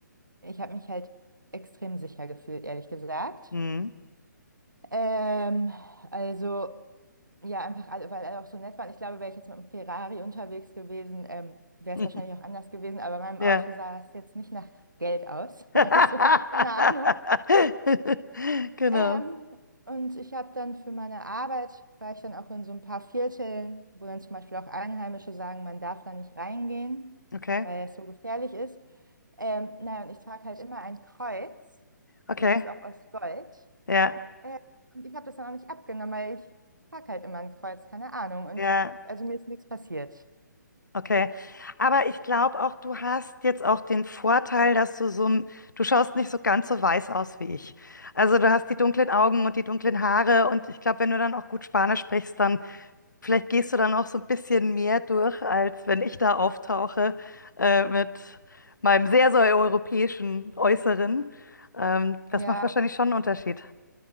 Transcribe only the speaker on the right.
Ich habe mich halt extrem sicher gefühlt, ehrlich gesagt.
Ähm, also, ja, einfach, alle- weil alle auch so nett waren. Ich glaube, wäre ich jetzt mit einem Ferrari unterwegs gewesen, ähm, wäre
es wahrscheinlich auch anders gewesen, aber bei meinem
Auto sah es jetzt nicht nach Geld aus. <laughs>
Also, keine Ahnung.
Ähm, und ich habe dann für meine Arbeit, war ich dann auch in so ein paar Vierteln, wo dann zum Beispiel auch Einheimische sagen, man darf da nicht reingehen,
weil es so gefährlich ist. Ähm, naja, und ich trage halt immer ein Kreuz,
das ist auch aus Gold.
Äh, und ich habe das dann auch nicht abgenommen, weil ich trage halt immer ein Kreuz, keine Ahnung. Und
also mir ist nichts passiert.
Ja,